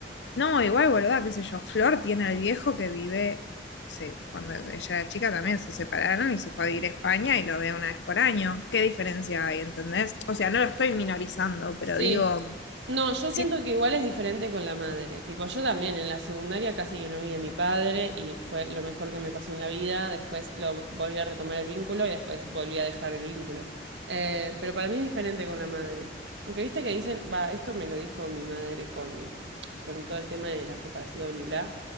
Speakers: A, on the left; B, on the right.
A: no, igual, boluda, qué sé yo, Flor tiene al viejo que vive, se- cuando ella era chica también se separaron y se fue a vivir a España y lo ve una vez por año. ¿Qué diferencia hay, entendés? O sea, no lo estoy minorizando, pero
B: Sí,
A: digo...
B: no, yo
A: Sí,
B: siento que igual es diferente con la madre. Tipo, yo también en la secundaria casi que no vi a mi padre y fue lo mejor que me pasó en la vida. Después lo volví a retomar el vínculo y después volví a dejar el vínculo. Eh, pero para mí es diferente con la madre. Porque viste que dicen, va, esto me lo dijo mi madre con, con todo el tema de la separación y bla,